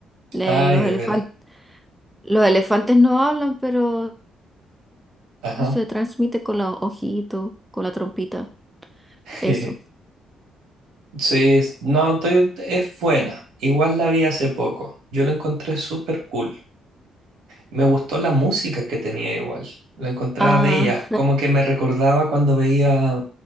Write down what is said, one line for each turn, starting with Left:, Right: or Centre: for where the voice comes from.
Centre: le-
Right: Ay,
Centre: los
Right: de
Centre: elefantes,
Right: veras.
Centre: los elefantes no hablan, pero
Right: Ajá.
Centre: se transmite con los ojitos, con la trompita,
Right: <laughs>
Centre: eso.
Right: Sí, es- no, estoy- es buena. Igual la vi hace poco. Yo la encontré súper cool. Me gustó la música que tenía igual. La encontraba
Centre: Ah,
Right: bella. Como que me recordaba cuando veía